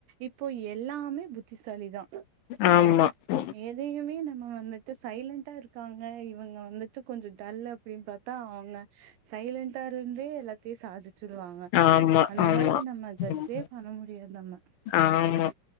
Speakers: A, on the right; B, on the left.
A: இப்போ எல்லாமே புத்திசாலி தா
B: ஆமா ம்.
A: எதையுமே நம்ம வந்துட்டு சைலண்ட்டா இருக்காங்க இவுங்க வந்துட்டு கொஞ்ச டல்லு அப் டின் பாத்தா அவுங்க சைலண்டா இருந்தே எல்லாத்தையு சாதிச் சுருவாங்க
B: ஆமா
A: அந்த
B: ஆமா
A: மாரி நம்ம ஜட்ஜே
B: ம்.
A: பண்ண முடியது நம்ம
B: ஆமா